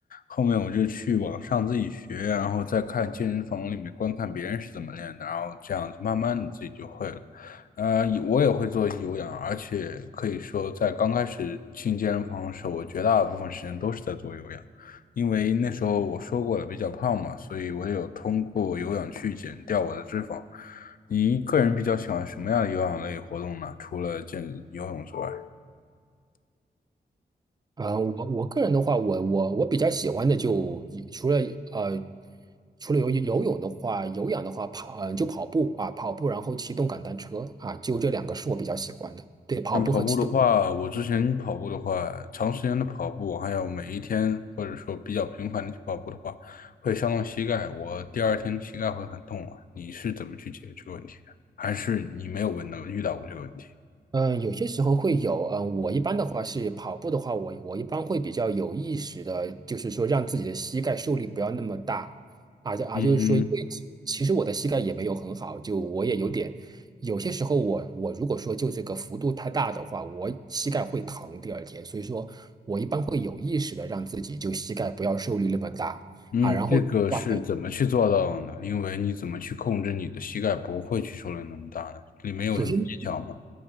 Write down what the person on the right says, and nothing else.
啊，我我个人的话，我我我比较喜欢的就除了呃，除了游游泳的话，有氧的话跑呃就跑步啊，跑步然后骑动感单车啊，就这两个是我比较喜欢的。对，跑步和骑动
嗯，有些时候会有，嗯，我一般的话是跑步的话，我我一般会比较有意识的，就是说让自己的膝盖受力不要那么大，啊就啊，
就是说，因为其其实我的膝盖也没有很好，就我也有点，有些时候我我如果说就这个幅度太大的话，我膝盖会疼第二天，所以说我一般会有意识的让自己就膝盖不要受力那么大啊，
然后的话呢，
首先。